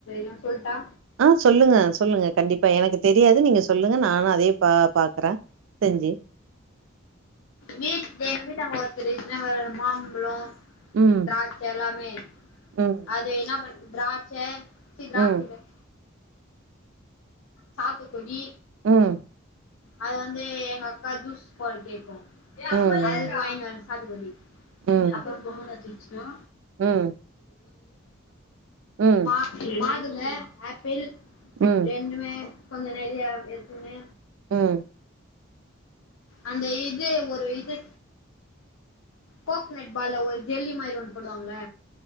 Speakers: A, on the left (about 85°); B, on the right (about 75°).
A: நா சொல்ட்டா
B: ஆ சொல்லுங்க சொல்லுங்க கண்டிப்பா எனக்கு தெரியாது நீங்க சொல்லுங்க நானு அதயே பா பாக்றே செஞ்சி
A: வீட் <unintelligible> நாங்க மாம்ழோ
B: ம்
A: திராட்ச்ச எல்லாமே
B: ம்
A: அது இன்னா பண் திராட்ச்ச <unintelligible>
B: ம்
A: சாத்துகுடி
B: ம்
A: அது வந்து எங்க அக்கா ஜூஸ் போட போய்ருக்கு
B: ம்
A: அது வாங்கிட் வர சாத்துகுடி
B: ம்
A: ரெண்டு அப்புற போறடிச்சுசுன்னா
B: ம் ம்
A: மா மாதுள ஆப்பிள்
B: ம்
A: ரெண்டுமே கொஞ்ச நெறையா எடுத்துனு
B: ம்
A: அந்த இது ஒரு இது கோக்னட் பால்ல ஒரு ஜெல்லி மாரி ஒன்னு போடுவாங்கள